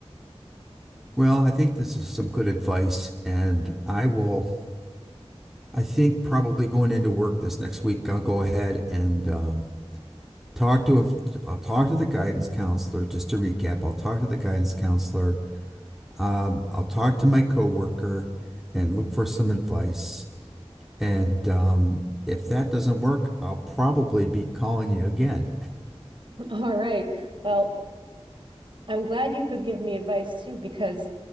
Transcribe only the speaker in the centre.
Well, I think this is some good advice. And I will, I think probably going into work this next week, I'll go ahead and um, talk to, a, I'll talk to the guidance counselor, just to recap, I'll talk to the guidance counselor. Um, I'll talk to my coworker and look for some advice. And um, if that doesn't work, I'll probably be calling you again.